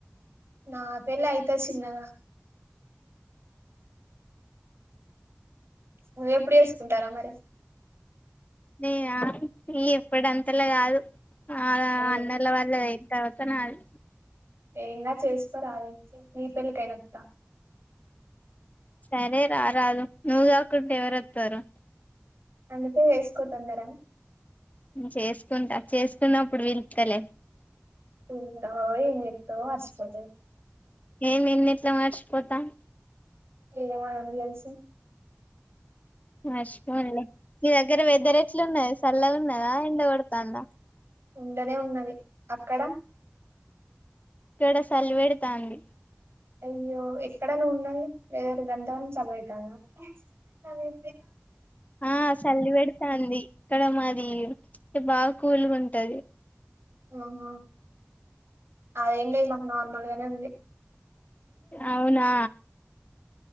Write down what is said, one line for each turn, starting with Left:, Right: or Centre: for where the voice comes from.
Right: నా పెళ్లి అయితే చిన్నగా నువ్వు ఎప్పుడు చేసుకుంటున్నావు మరి
Left: నేనా ఇప్పుడంతలా కాదు నాదా
Right: ముందు
Left: అన్నవల్ల అయిపో <unintelligible> తర్వాత నాది
Right: ఏం కాదు చేసుకోరాదు నీ పెళ్లికైనా వస్తా
Left: సరే రారారు నువ్వు కాకుంటే ఎవరుత్తారు
Right: అందుకే చేసుకుంటా తొందర రా
Left: చేసుకుంటా చేసుకున్నప్పుడు పిలుస్తాలే
Right: ఇంకా ఏం చేస్తావ్ అలసిపోతావ్
Left: ఏమి ఎన్నిట్లా మర్చిపోతాం
Right: ఏమో ఎవనికి తెలుసు
Left: మర్చిపోనులే మీ దగ్గర వెదర్ ఎట్లా ఉన్నది చల్ల ఉన్నదా ఎండ కొడతాందా
Right: ఎండనే ఉన్నది అక్కడ
Left: ఇక్కడ చలి పెడతాంది
Right: అయ్యో ఎక్కడ ను ఉన్నాయి వెదర్ గంతగనం చలిపెడతాంది
Left: ఆ చలి పెడతాంది ఇక్కడ మాది అ బాగా కూల్ గా ఉంటది
Right: ఆహ అదేం లేదు మాకు నార్మల్గానే ఉంది
Left: అవునా